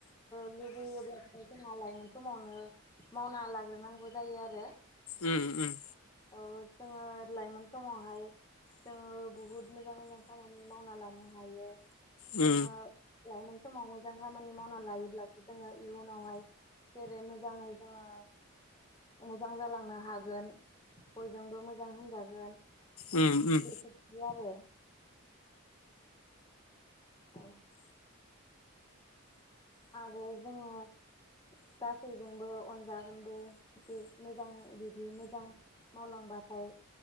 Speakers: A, on the left; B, on the left.
A: लुुबैयोब्लाथाय जोंहा लाइमोन समावनो मावना लाग्रोनांगौ जायो आरो
B: उम उम
A: औ जोङो लाइमोन समावहाय जोङो बुहुद मोजां मोजां खामानि मावना लानो हायो
B: ओ
A: जोङो लाइमोन समाव मोजां खामानि मावनानै लायोब्लासो जोङो इयुनावहाय जेरै मोजाङै जोङो मोजां जालांनो हागोन बयजोंबो मोजां होनजागोन <unintelligible>
B: उम उम
A: औ आरो जोङो गासैजोंबो अनजागोनबो बिदि मोजां बिदि मोजां मावलांबाथाय